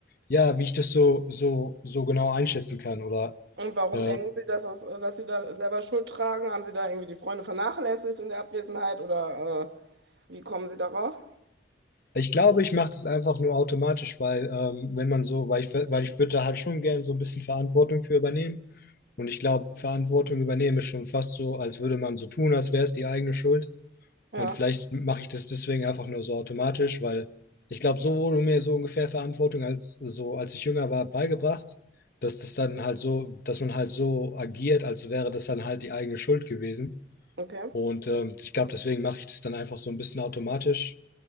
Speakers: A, on the left; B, on the right.
A: ja, wie ich das so, so, so genau einschätzen kann oder
B: Und warum
A: äh,
B: denken Sie, dass, das, dass Sie da selber Schuld tragen? Haben Sie da irgendwie die Freunde vernachlässigt in der Abwesenheit oder äh, wie kommen Sie darauf?
A: ich glaube, ich mache das einfach nur automatisch, weil ähm, wenn man so, weil ich, weil ich würde da halt schon gerne so ein bisschen Verantwortung für übernehmen. Und ich glaube, Verantwortung übernehmen ist schon fast so, als würde man so tun, als wäre es die eigene Schuld.
B: Ja,
A: Und vielleicht mache ich das deswegen einfach nur so automatisch, weil ich glaube, so wurde mir so ungefähr Verantwortung als so, als ich jünger war, beigebracht, dass das dann halt so, dass man halt so agiert, als wäre das dann halt die eigene Schuld gewesen.
B: okay.
A: Und ähm, ich glaube, deswegen mache ich das dann einfach so ein bisschen automatisch,